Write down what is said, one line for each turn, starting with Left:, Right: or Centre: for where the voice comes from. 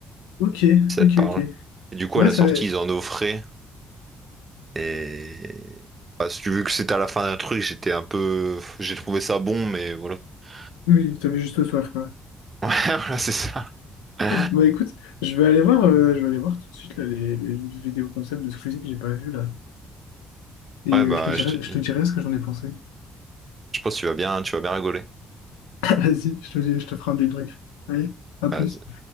Left: Ok,
Right: si ça
Left: ok,
Right: te parle.
Left: ok.
Right: Et du coup,
Left: Ouais,
Right: à la
Left: ça...
Right: sortie, ils en offraient. Et bah, si tu veux que c'était à la fin d'un truc, j'étais un peu, j'ai trouvé ça bon, mais voilà. <laughs>
Left: Oui, t'avais juste soif, quoi.
Right: Ouais, voilà, c'est ça. Ouais,
Left: Bon, écoute, je vais aller voir, euh, je vais aller voir tout de suite là, les, les vidéos concept de Squeezie que j'ai pas vu là. Et
Right: bah,
Left: euh, je te dirai,
Right: je te
Left: je
Right: dis,
Left: te dirai ce que j'en ai pensé.
Right: je pense que tu vas bien, tu vas bien rigoler.
Left: <laughs> Vas-y, je te, dis- je te ferai un débrief. Allez, à plus.
Right: Vas-y.